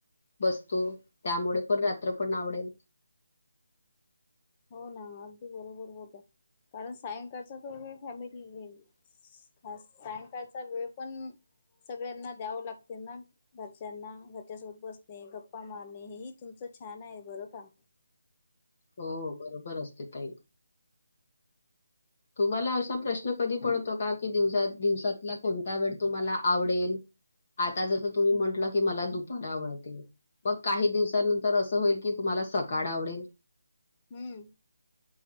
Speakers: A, on the left; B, on the left.
A: बसतो त्यामुळे पण रात्र पण आवडेल.
B: हो ना अगदी बरोबर बोला कारण, सायंकाळचा तो वेळ फॅमिली घेईल. खास सायंकाळचा वेळ पण, सगळ्यांना द्यावं लागते ना. घरच्यांना घरच्यासोबत बसणे, गप्पा मारणे हेही तुमचं छान आहे बरं का.
A: हो बरोबर असते ताई. तुम्हाला असा प्रश्न कधी पडतो का, की दिवसा दिवसातला कोणता वेळ तुम्हाला आवडेल. आता जसं तुम्ही म्हटलं की, मला दुपार आवडते. मग काही दिवसानंतर असं होईल, की तुम्हांला सकाळ आवडेल.
B: हम्म,